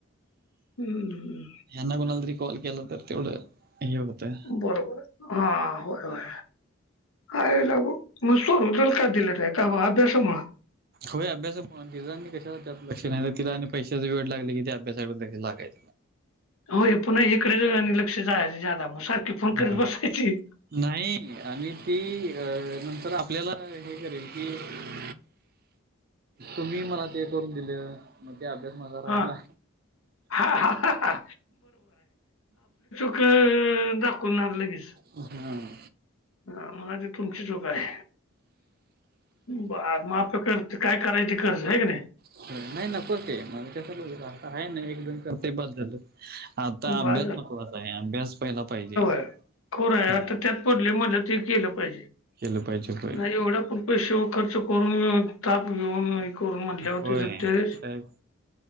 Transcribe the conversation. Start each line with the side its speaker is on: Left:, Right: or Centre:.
Left: हम्म.
Right: यांना कोणाला तरी कॉल केला तर तेवढं हे होतं.
Left: बरोबर. हा होय होय. काय लागू? मस्त <unintelligible> दिलं त आहे का अभ्यासामुळे?
Right: होय अभ्यासामुळं. तिज आनी कशा लक्ष नाही. तिला आनी पैशाच वेड लागलय की ते अभ्यासाकडे क लागाय-
Left: होय. पुन्हा एककडे जा आणि लक्ष जा जादा मग सारखी फोन
Right: हा.
Left: करत बसायची.
Right: नाही. आणि ती अ नंतर आपल्याला हे करेल की- तुम्ही मला ते करून दिल. म्हणते ते अभ्यास माझा राहिला.
Left: हा हा हा हा हा ते दाखऊन आण लगेच.
Right: हम्म.
Left: हं. म्हणा ती तुमची चूक आहे. ब माफ करते. काय करायच ते कर आहे का नाही?
Right: नाही नको ते. म्हणजे कशाला उगाच? आता आहे ना एक दोन करते बास झालं. आता
Left: हो
Right: अभ्यास
Left: बा
Right: महत्त्वाचा आहे. अभ्यास पहिला पाहिजे.
Left: हो ना.
Right: हा
Left: आता त्यात पडलीये म्हणल्यावर ते केलं पाहिजे.
Right: केलं पाहिजे होय
Left: नाही एवढं पण- पैसेे व खर्च करून ताप घेऊन- करून म्हटल्यावर
Right: होय
Left: त्याच त्यावेळेस
Right: काय